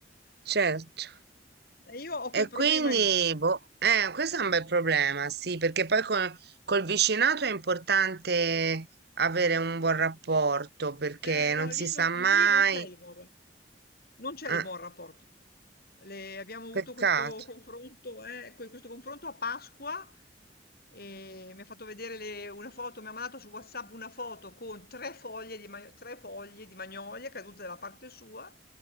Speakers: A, on the right; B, on the left.
A: certo.
B: E io ho quel
A: E
B: problema
A: quindi,
B: lì.
A: boh, eh, questo è un bel problema, sì, perché poi con- col vicinato è importante avere un buon rapporto, perché
B: Eh no,
A: non
B: lì
A: si sa
B: non
A: mai.
B: lì non c'è il buon ra non c'è
A: eh,
B: il buon rapporto. Le- abbiamo avuto
A: peccato.
B: questo confronto, eh, que- questo confronto a Pasqua e mi ha fatto vedere le- una foto, mi ha mandato su WhatsApp una foto con tre foglie di, ma- tre foglie di magnolia cadute dalla parte sua,